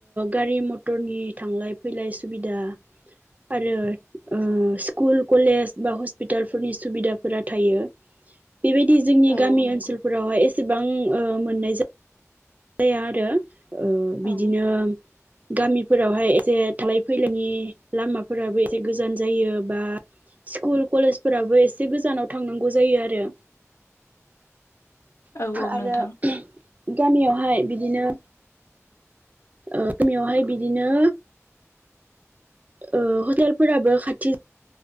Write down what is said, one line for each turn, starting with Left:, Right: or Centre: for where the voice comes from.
Right: गारि मथरनि थांलाय फैलाय सुबिदा आरो स्कुल कलेज बा हस्पिटालफोरनि सुबिदाफोरा थायो बेबायदि जोंनि
Left: औ
Right: गामि
Left: औ नंगौ
Right: ओनसोलफोरावहाय एसेबां मोननाय जाया जाया आरो बिदिनो
Left: औ
Right: गामिफोरावहाय एसे थांलाय फैलायनि लामाफोराबो एसे गोजान जायो बा स्कुल कलेजफोराबो एसे गोजानाव थांनांगौ जायो आरो
Left: औ औ
Right: आरो
Left: नोंथां
Right: गामियावहाय बिदिनो ओ गामियावहाय बिदिनो ओ हटेलफोराबो खाथि